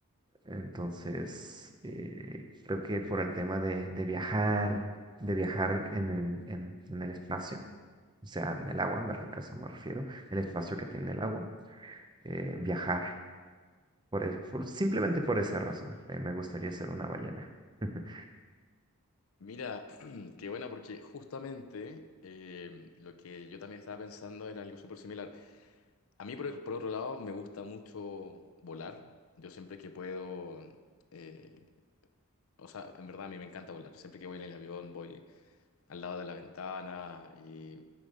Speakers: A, on the right (about 20°); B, on the left (about 65°).
A: Entonces, eh, creo que por el tema de, de viajar, de viajar en el, en, en el espacio, o sea, en el agua, me re- a eso me refiero, el espacio que tiene el agua, eh, viajar, por, es- por- simplemente por esa razón, eh, me gustaría ser una ballena. <laughs>
B: Mira, <clears throat> qué buena porque justamente eh, lo que yo también estaba pensando era algo súper similar. A mí, por, el- por otro lado, me gusta mucho volar. Yo siempre que puedo, eh, o sea, en verdad a mí me encanta volar. Siempre que voy en el avión, voy al lado de la ventana y,